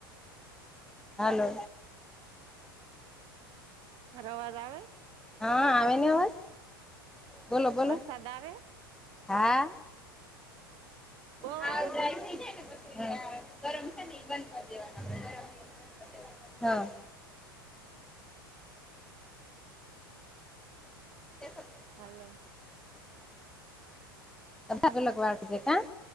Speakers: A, in the centre; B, on the right.
A: હાલો.
B: મારો અવાજ આવે
A: હા આવે ને અવાજ, બોલો બોલો,
B: વરસાદ આવે
A: હા
B: બહુ
A: હા
B: આવે
A: જાય
B: કે
A: થઈ જાય ને પછી ગરમ છે ને એ બંધ કરી દેવના <unintelligible> હ <unintelligible>
B: હલો
A: બધા ને અલગ વાત હે કા